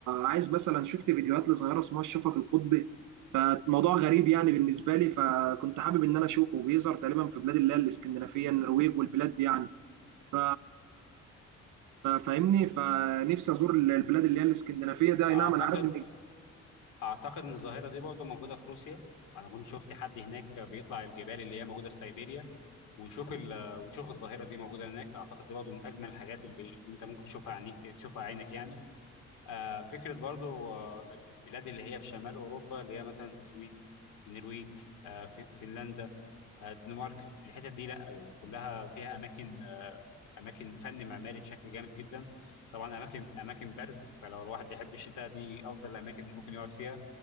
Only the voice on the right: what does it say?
عايز مثلا شفت فيديوهات لظاهرة اسمها الشفق القطبي فموضوع غريب يعني بالنسبة لي فكنت حابب ان انا اشوفه بيظهر تقريبا في بلاد اللي هي الاسكندنافية النرويج والبلاد دي يعني ف فاهمني فنفسي ازور ال- البلاد اللي هي الاسكندنافيه ده اي
نعم انا عارف ان